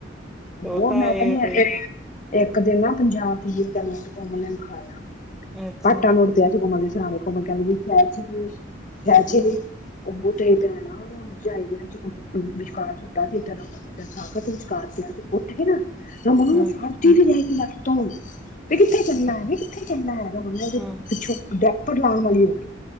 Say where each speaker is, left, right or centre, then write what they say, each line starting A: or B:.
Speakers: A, on the left (about 40°); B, in the centre.
A: ਉਹ
B: ਤੋਤਾ
A: ਮੈਂ
B: ਏ
A: ਕਹਣੀ
B: ਤੇ
A: <unintelligible> ਇੱਕ ਦਿਨ ਨਾ ਪੰਜਾਬ ਦਾ ਨੋਟ ਕੋਮਲ ਨੇ ਵਿਖਾਇਆ
B: ਅੱਛਾ
A: <unintelligible> <unintelligible> ਕੋਮਲ ਦੇ ਸਰਾਣੇ ਕੋਮਲ ਕਹਿੰਣ ਲਗੀ <unintelligible> ਔ ਤੇਰੇ ਪੈਣਾ ਉਹ ਰਜਾਈ ਦੇ ਵਿੱਚ ਵਿਚਕਾਰ ਸੁੱਤਾ ਸੀ ਰਮਨ <unintelligible> ਵਿਚਕਾਰ ਪਿਆ ਤੇ ਉੱਠ ਕੇ ਨਾ ਰਮਨ <unintelligible>
B: ਹਮ
A: ਉਠੀ ਜੀ ਰਹਿ ਗਈ ਲੱਤੋਂ ਤੋਂ ਕਿੱਥੇ ਚੱਲਨਾ ਵੀ ਕਿੱਥੇ ਚੱਲਣਾ
B: ਹਾਂ
A: ਪਿੱਛੋਂ <unintelligible> ਉੱਪਰ ਲਾਉਣ ਵਾਲੀ ਹੋ ਗਈ